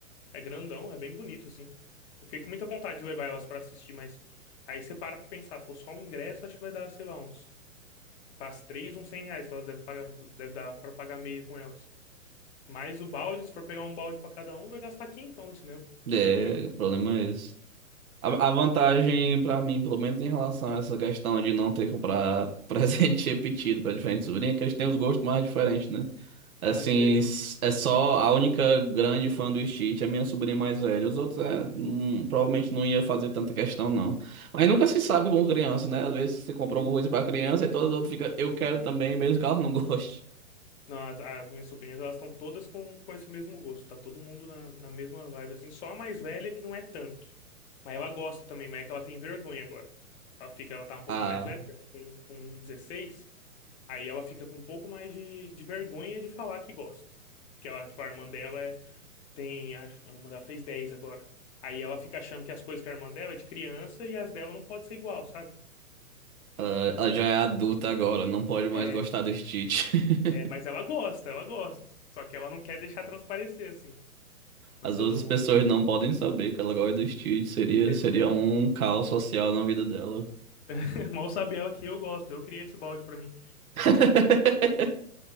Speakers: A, on the left; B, on the right.
A: É grandão, é bem bonito, assim. Eu fiquei com muita vontade de levar elas pra assistir, mas aí você para pra pensar, pô, só o ingresso acho que vai dar, sei lá, uns. Para as três, uns 100 reais que elas devem pagar, deve dar pra pagar meia com elas. Mas o balde, se for pegar um balde pra cada um, vai gastar quinhentão no cinema.
B: É,
A: Tranquilo.
B: o problema é esse. A, a vantagem pra mim, pelo menos em relação a essa questão de não ter que comprar <laughs> presente repetido pra diferentes sobrinhas, é que eles têm os gostos mais diferentes, né? Assim,
A: Ah, que legal.
B: s- é só a única grande fã do Stitch, é minha sobrinha mais velha. Os outros é, hum, provavelmente não ia fazer tanta questão, não. Mas nunca
A: <laughs>
B: se sabe com criança, né? Às vezes você comprou
A: Sim.
B: alguma coisa pra criança e todas as outras ficam, eu quero também, mesmo que ela não <laughs> goste.
A: Não, as, as minhas sobrinhas, elas estão todas com, com esse mesmo gosto. Tá todo mundo na, na mesma vibe, assim. Só a mais velha que não é tanto. Mas ela gosta também, mas é que ela tem vergonha agora. Ela fica, ela tá um pouquinho
B: Ah,
A: mais velha, tá com, com 16. Aí ela fica com um pouco mais de, de vergonha de falar que gosta. Porque ela, tipo, a irmã dela é, tem. A irmã dela fez 10 agora. Aí ela fica achando que as coisas que a irmã dela é de criança e as dela não pode ser igual, sabe?
B: ela, ela já é adulta agora, não pode mais
A: É,
B: gostar do Stitch. <laughs>
A: é, mas ela gosta, ela gosta. Só que ela não quer deixar transparecer, assim, pra
B: As
A: todo
B: outras
A: mundo.
B: pessoas não podem saber que ela gosta do Stitch. Seria,
A: Desse
B: seria
A: jeito.
B: um caos social na vida dela.
A: <laughs> Mal sabe ela que eu gosto. Eu criei esse balde pra mim.
B: <laughs>